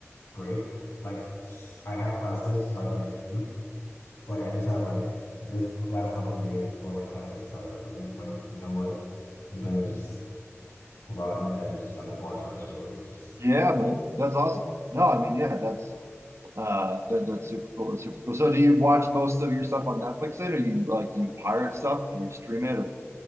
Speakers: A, on the left (about 75°); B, on the right (about 65°).
A: break. Like s- I have classes starting next week. So like I just have like this last couple of days before my classes start. So I'm just like, you know what? I'm just gonna just rot in bed and just like watch my shows and just
B: yeah, man, that's awesome. No, I mean, yeah, that's uh, that that's super cool. That's super cool. So, do you watch most of your stuff on Netflix then, or you like do you pirate stuff, or do you stream it, or?